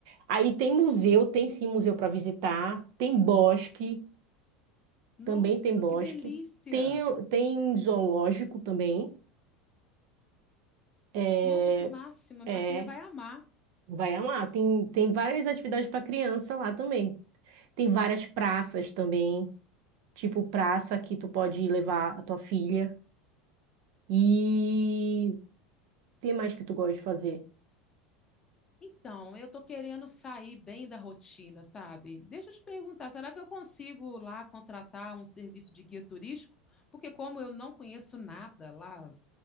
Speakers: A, on the right; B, on the left.
A: Aí tem museu, tem sim museu para visitar, tem bosque,
B: Nossa,
A: também tem bosque,
B: que delícia!
A: tem, tem zoológico também. É,
B: Nossa, que máxima!
A: é.
B: Minha filha vai amar.
A: Vai amar. Tem, tem várias atividades para criança lá também. Tem várias praças também, tipo praça que tu pode levar a tua filha. E tem mais que tu gosta de fazer.
B: Então, eu tô querendo sair bem da rotina, sabe? Deixa eu te perguntar, será que eu consigo lá contratar um serviço de guia turístico? Porque como eu não conheço nada lá,